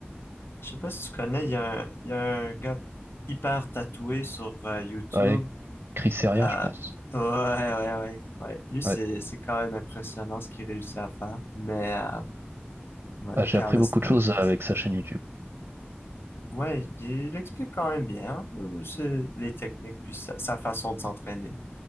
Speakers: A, on the left; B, on the right.
A: Je sais pas si tu connais, il y a un, il y a un gars hyper tatoué sur euh, YouTube
B: Ouais, Crisseria,
A: Ah,
B: je pense.
A: ouais, ouais, ouais, ouais. Lui, c'est,
B: Ouais.
A: c'est quand même impressionnant ce qu'il réussit à faire. Mais, euh, ouais,
B: Ah, j'ai
A: calisthenics.
B: appris beaucoup de choses avec sa chaîne YouTube.
A: Ouais, il explique quand même bien, hein, euh, c'est les techniques, puis sa, sa façon de s'entraîner.